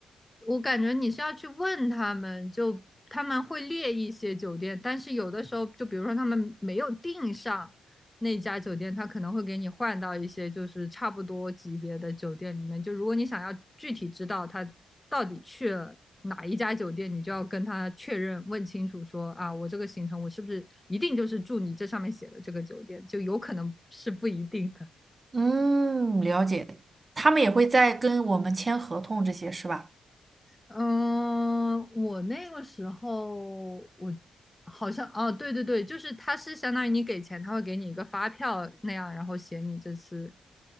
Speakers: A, on the left; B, on the right.
A: 我感觉你是要去问他们，就他们会列一些酒店，但是有的时候，就比如说他们没有订上那家酒店，他可能会给你换到一些就是差不多级别的酒店里面。就如果你想要具体知道他到底去了哪一家酒店，你就要跟他确认，问清楚说啊，我这个行程我是不是一定就是住你这上面写的这个酒店，就有可能是不一定的。
B: 嗯，了解。他们也会在跟我们签合同这些，是吧？
A: 嗯，我那个时候我好像哦，对对对，就是他是相当于你给钱，他会给你一个发票那样，然后写你这次